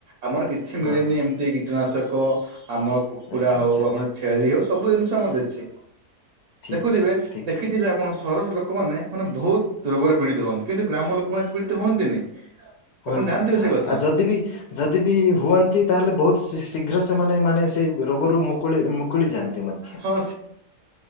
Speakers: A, on the right; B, on the left.
A: ଆମର କିଛି
B: ହଁ
A: ମିଳେନି
B: ହଁ
A: ଏମିତି କୀଟନାଶକ ଆମ କୁକୁଡା
B: ଆଚ୍ଛା
A: ହଉ
B: ଆଚ୍ଛା
A: ଆମର ଛେଳି ହଉ ସବୁ ଜିନିଷ ଆମର ଦେସି
B: ଠିକ୍
A: ଦେଖୁଥିବେ
B: ଠିକ୍ ଠିକ୍
A: ଦେଖିଥିବେ
B: କହିଲେ।
A: ଆପଣ ସହର ଲୋକମାନେ ମାନେ ବହୁତ ରୋଗରେ ପୀଡିତ ହୁଅନ୍ତି କିନ୍ତୁ ଗ୍ରାମ ଲୋକମାନେ ଏ ତ ପୀଡିତ ହୁଅନ୍ତିନି।
B: ହୁଅନ୍ତିନି
A: ଆପଣ ଜାଣିଥିବେ
B: ହଁ ଆଉ
A: ସେ କଥା
B: ଯଦି ବି ଯଦି ବି ହୁଅନ୍ତି ତାହେଲେ ବହୁତ ଶୀଘ୍ର ସେମାନେ ମାନେ ସେ ରୋଗରୁ ମୁକୁଳି ମୁକୁଳି ଯାଆନ୍ତି ମଧ୍ୟ।
A: ହଁ